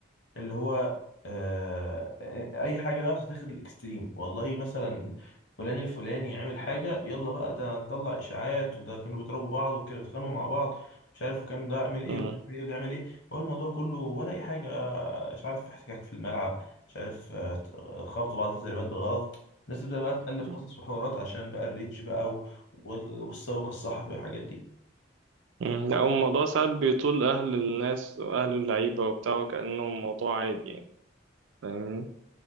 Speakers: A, on the left; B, on the right.
A: اللي هو آه اي حاجه بقى بتتاخد الاكستريم والله مثلا فلان الفلاني عمل حاجه يلا بقى ده نطلع اشاعات وده كانوا بيضربوا بعض وكانوا بيتخانقوا مع بعض مش عارف وكان ده عمل ايه
B: مم.
A: وده عمل ايه وده عمل ايه هو الموضوع كله ولا اي حاجه مش عارف احتكاك في الملعب مش عارف آه، خبطوا بعض في التدريبات بالغلط الناس تبدا بقى تالف
B: مم.
A: قصص وحوارات عشان بقى الريتش بقى و- وال- والسابق الصحفي والحاجات دي
B: مم. لا هو الموضوع ساعات بيطول اهل الناس واهل اللعيبه وبتاع وكانه الموضوع عادي يعني فاهمني